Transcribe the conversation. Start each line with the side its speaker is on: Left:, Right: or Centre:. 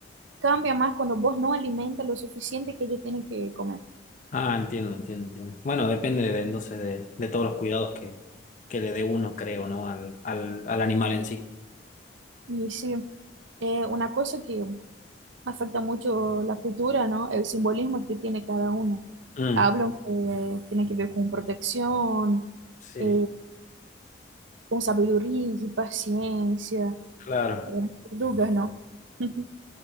Right: Cambia más cuando vos no alimentas lo suficiente que ellos tienen que comer.
Left: Ah, entiendo, entiendo, entiendo. Bueno, depende de, entonces de, de todos los cuidados que, que le dé uno, creo, ¿no? Al, al, al animal en sí.
Right: Y sí, eh, una cosa que afecta mucho la cultura, ¿no? El simbolismo que tiene cada una.
Left: Mm,
Right: Hablan que tiene que ver con protección,
Left: Sí,
Right: eh, con sabiduría y paciencia,
Left: claro.
Right: eh, tortugas, ¿no? <laughs>